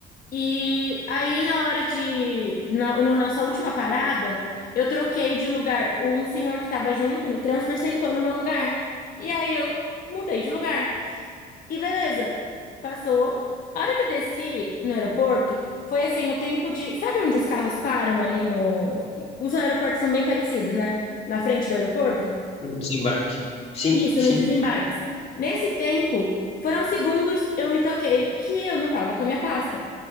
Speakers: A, on the left (about 55°); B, on the left (about 35°).
A: E aí, na hora de. Na, na nossa última parada, eu troquei de lugar. Um senhor que tava junto no transfer sentou no meu lugar. E aí eu mudei de lugar. E beleza, passou. A hora que eu desci no aeroporto, foi assim, o tempo de. Sabe onde os carros param ali no. Os aeroportos são bem parecidos, né? Na frente do aeroporto?
B: No desembarque. Sim,
A: Isso,
B: sim.
A: nos desembarques. Nesse tempo, foram segundos, eu me toquei que eu não tava com a minha pasta.